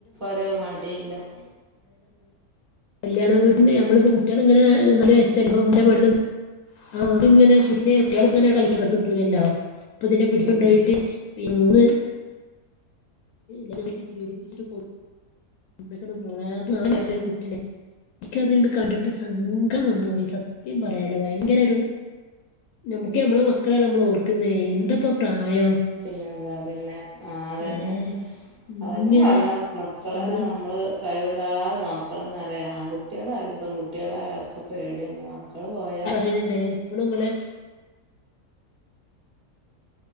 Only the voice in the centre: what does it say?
ഒരു മടിയില്ല
ഉം
പിന്നെന്താ പിന്നെ? ആഹ അതന്നെ
അതന്നെ പറഞ്ഞു മക്കളെ
നമ്മള് കൈവിടാതെ നോക്കണം ന്നറിയാ ആൺകുട്ടികളായാലും പെൺകുട്ടികളായാലുംലൊക്കെ ഒക്കെ പേടിയാണ് മക്കള് പോയാ